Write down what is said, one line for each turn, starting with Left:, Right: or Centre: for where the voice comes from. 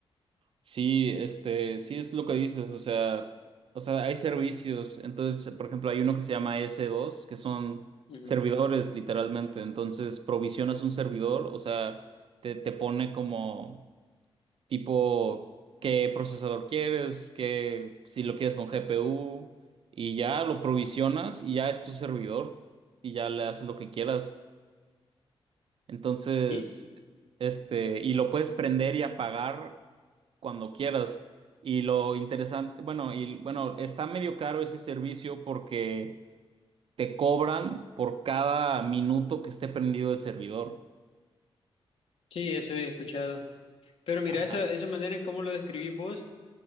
Right: Sí, este, sí es lo que dices, o sea, o sea, hay servicios, entonces, por ejemplo, hay uno que se llama s dos que son
Left: Ujú.
Right: servidores literalmente, entonces provisionas un servidor, o sea, te, te pone como tipo qué procesador quieres, qué, si lo quieres con GPU, y ya lo provisionas y ya es tu servidor, y ya le haces lo que quieras. Entonces,
Left: Y,
Right: este, y lo puedes prender y apagar cuando quieras. Y lo interesante, bueno, y bueno, está medio caro ese servicio porque te cobran por cada minuto que esté prendido el servidor.
Left: sí, eso he escuchado. Pero mira,
Right: Ajá.
Left: esa, esa manera en cómo lo describís vos